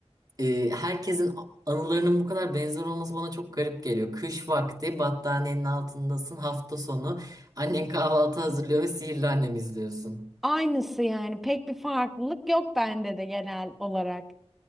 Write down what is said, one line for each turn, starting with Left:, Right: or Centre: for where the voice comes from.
Right: e, herkesin anılarının bu kadar benzer olması bana çok garip geliyor. Kış vakti battaniyenin altındasın hafta sonu. Annen kahvaltı hazırlıyor ve Sihirli Annem izliyorsun.
Centre: Aynısı yani pek bir farklılık yok bende de genel olarak.